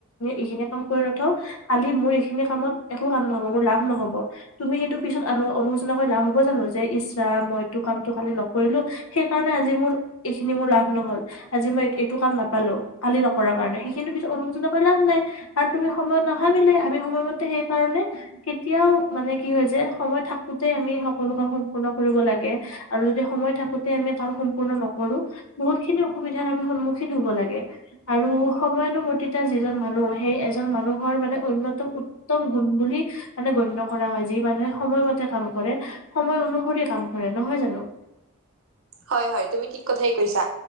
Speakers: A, on the left (about 75°); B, on the right (about 75°).
A: এইখিনি কাম কৰি নথওঁ কালি মোৰ এইখিনি কাম আকৌ কৰিব। নহব মোৰ লাভ নহব। তুমি এইটো পিছত অনুশোচনা কৰি লাভ হব জানো। যে ইচ ৰাম মইটো। কামটো কালি নকৰিলো সেইকাৰণে আজি মোৰ এইখিনি মোৰ লাভ নহল। আজি মই এইটো কাম নাপালো। কালি নকৰাৰ কাৰণে সেইখিনি পিছত অনুশোচনা কৰি লাভ নাই। কাৰণ তুমি সময়ত নাভাবিলা আমি সময়মতে সেই কাৰনে। কেতিয়াও মানে কি হয় যে সময় থাকোতে আমি সকলো কাম সম্পূৰ্ণ কৰিব লাগে। আৰু যদি সময় থাকোতে আমি কাম সম্পূৰ্ণ নকৰো বহুত খিনি অসুবিধাৰ আমি সন্মুখীন হব লাগে। আৰু সময়ানুবৰ্তিতা যিজন মানুহে সেই এজন মানুহৰ মানে অন্যতম উত্তম গুৰুত। বুলি মানে গণ্য কৰা হয়। যি মানুহে সময়মতে কাম কৰে সময় অনুসৰি কাম কৰে। নহয় জানো।
B: হয়, হয় তুমি ঠিক কথাই কৈছা